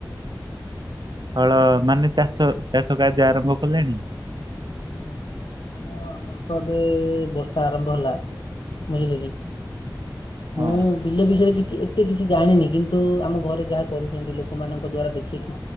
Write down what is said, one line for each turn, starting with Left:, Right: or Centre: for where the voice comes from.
Right: ହଳ ମାନେ ଚାଷ ଚାଷ କାର୍ଯ୍ୟ ଆରମ୍ଭ କଲେଣି?
Left: ଟ ଆମର ତ ଏବେ ବର୍ଷା ଆରମ୍ଭ ହେଲା। ବୁଝିଲେ କି ମୁଁ।
Right: ହଁ
Left: ବିଲ ବିଷୟରେ କିଛି ଏତେ କିଛି ଜାଣିନି କିନ୍ତୁ ଆମ ଘରେ ଯାହା କରୁଛନ୍ତି ଲୋକମାନଙ୍କ ଦ୍ଵାରା ଦେଖିଛି।